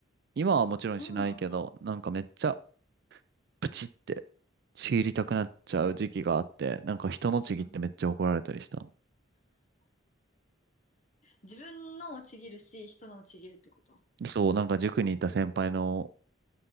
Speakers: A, on the right; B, on the left.
A: 今はもちろんしないけど、
B: あ、そうなんだ。
A: なんかめっちゃプチってちぎりたくなっちゃう時期があって、なんか人のちぎってめっちゃ怒られたりした。
B: うん、自分のもちぎるし、人のもちぎるってこと。
A: そう、なんか塾にいた先輩の、